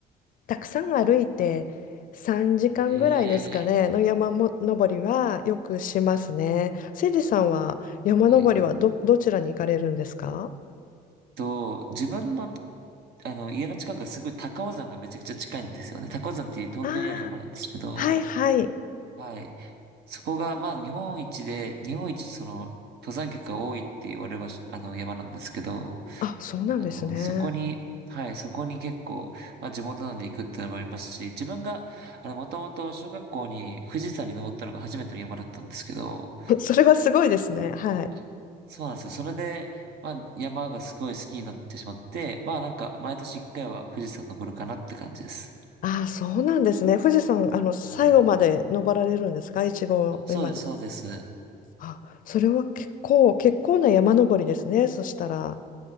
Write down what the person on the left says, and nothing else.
たくさん歩いて3時間ぐらいですかね、
の山も登りはよくしますね。せいじさんは山登りはど、
どちらに行かれるんですか
ああはいはい。
あ、そうなんですね。
<laughs> それはすごいですね。はい。
ああ、そうなんですね。富士山、あの、最後まで登られるんですか一合目まで。
あ、それは結構、結構な山登りですね。そしたら。